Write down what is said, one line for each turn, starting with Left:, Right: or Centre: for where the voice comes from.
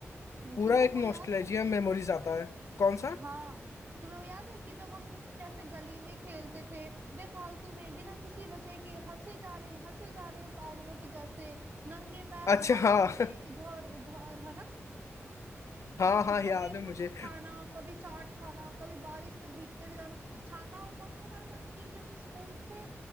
Right: हम्म,
Left: पूरा
Right: तुम्हें
Left: एक
Right: वो
Left: नॉस्टैल्जिया
Right: याद है
Left: मेमोरीज आता है कौन सा
Right: हाँ तुम्हें वो याद है कि जब हम कैसे गली में खेलते थे बेफालतू में बिना किसी वजह के हंसे जा रहे हैं हंसे जा रहे हैं पागलों के जैसे नंगे पैर
Left: अच्छा
Right: भाग
Left: हाँ
Right: रहे
Left: <laughs>
Right: हैं इधर उधर है ना
Left: हाँ हाँ याद
Right: कभी कुछ
Left: है मुझे
Right: खाना कभी चाट खाना कभी बारिश में भीगते हुए जाना छाता होता था हमारे पास फिर भी हम स्कूल से